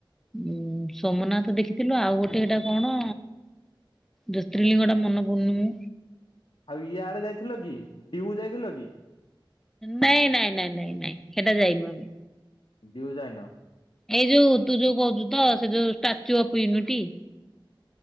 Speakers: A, in the centre; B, on the left (about 85°).
A: ଉଁ ସୋମନାଥ ଦେଖିଥିଲୁ। ଆଉ ଗୋଟେ ଏଇଟା କଣ? ଜ୍ୟୋତିର୍ଲିଙ୍ଗ ଟା ମନ ପଡନି ମ।
B: ଆଉ ୟାଡେ ଆଡେ ଯାଇଥିଲ କି ଡିଉ ଯାଇଥିଲ କି?
A: ନାଇଁ ନାଇଁ ନାଇଁ ନାଇଁ ନାଇଁ ହେଟା ଯାଇନୁ ଆମେ।
B: ଡିଉ ଯାଇନ?
A: ଏଇ ଯୋଉ ତୁ ଯୋଉ କହୁଛୁ ତ ସେ ଯୋଉ ଷ୍ଟାଚୁ ଅଫ ୟୁନିଟୀ?